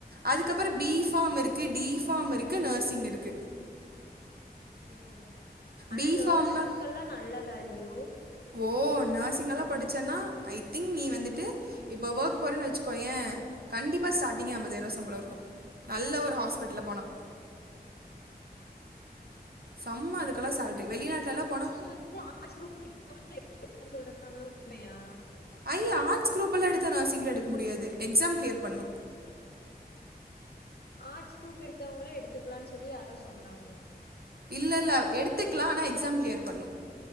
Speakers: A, on the left; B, on the right.
A: ஓ
B: அதுக்கப்பறோ பி ஃபார்ம் இருக்கு டி ஃபாம் இருக்கு நெர்சிங் இருக்கு
A: ஓ ஆனா
B: பி
A: நெர்சிங்க்கெல்லா
B: ஃபார்ம்னா
A: நல்ல வேல்யூ
B: ஓ நெர்சிங்கெல்லா படிச்சேனா ஐ திங்க் நீ வந்துட்டு இப்ப ஒர்க் போறேனு வச்சுக்கோயே கண்டிப்பா ஸ்டாடிங்கே ஐம்பதாய் ரூபா சம்பளோ இருக்கு நல்ல ஒரு ஹாஸ்பிட்டல்ல போனா செம்ம அதுக்கெல்லா சேல்ரி வெளிநாட்லலா போனா
A: நீ வந் <inaudible> ஆட்ஸ் குரூப் <inaudible> றாங்க உண்மயா
B: அய்ய ஆட்ஸ் குரூப்பெல்லா எடுத்தா நெர்ஸிங்லா எடுக்க முடியாது எக்ஸாம் க்ளியர் பண்ணணு
A: ஆர்ட்ஸ் குரூப் எடுத்தவங்களே எடுத்துக்கலாம்னு சொல்லி யாரோ சொன்னாங்க
B: இல்ல இல்ல எடுத்துக்கலா ஆனா எக்ஸாம் க்ளியர் பண்ணு